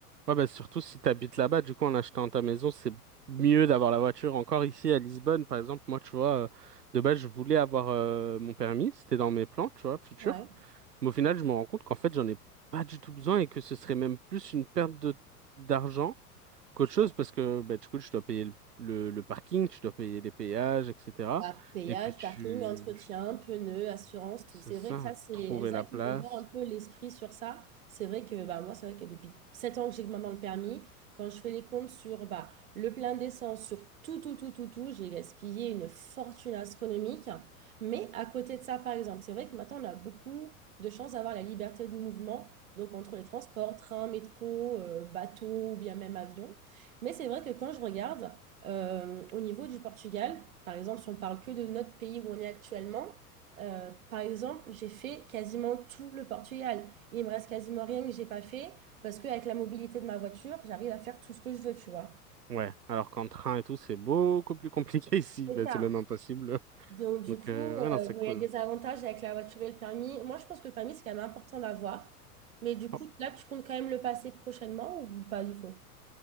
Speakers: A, on the right (about 85°); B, on the right (about 60°).
A: Ouais, bah surtout si t'habites là-bas, du coup, en achetant ta maison, c'est mieux d'avoir la voiture. Encore ici à Lisbonne, par exemple, moi, tu vois, euh, de base, je voulais avoir euh, mon permis, c'était dans mes plans, tu vois, futurs.
B: Ouais,
A: Mais au final, je me rends compte qu'en fait, j'en ai pas du tout besoin et que ce serait même plus une perte de d'argent qu'autre
B: je
A: chose parce que, bah, du coup, tu dois payer le, le, le parking, tu dois payer les péages, etc.
B: Bah, péage,
A: Et puis, tu,
B: parking, entretien, pneus, assurance, tout.
A: c'est
B: C'est
A: ça,
B: vrai que ça, c'est
A: trouver
B: Elsa
A: la
B: qui
A: place.
B: m'a ouvert un peu l'esprit sur ça. C'est vrai que bah, moi, c'est vrai que depuis 7 ans que j'ai maintenant le permis, quand je fais les comptes sur bah, le plein d'essence, sur tout, tout, tout, tout, tout, j'ai gaspillé une fortune astronomique. Mais à côté de ça, par exemple, c'est vrai que maintenant, on a beaucoup de chance d'avoir la liberté de mouvement, donc entre les transports, train, métro, euh, bateau ou bien même avion. Mais c'est vrai que quand je regarde, euh, au niveau du Portugal, par exemple, si on parle que de notre pays où on est actuellement, euh, par exemple, j'ai fait quasiment tout le Portugal. Il me reste quasiment rien que j'ai pas fait parce qu'avec la mobilité de ma voiture, j'arrive à faire tout ce que je veux, tu vois.
A: Ouais, alors qu'en train et tout, c'est beaucoup plus compliqué <laughs> ici.
B: C'est
A: Bah,
B: ça.
A: c'est même impossible.
B: Donc, du
A: Donc,
B: coup,
A: euh,
B: euh,
A: ouais, non, c'est
B: bon,
A: cool.
B: il y a des avantages avec la voiture et le permis. Moi, je pense que le permis, c'est quand même important d'avoir. Mais du coup,
A: Oh.
B: là, tu comptes quand même le passer prochainement ou pas du tout?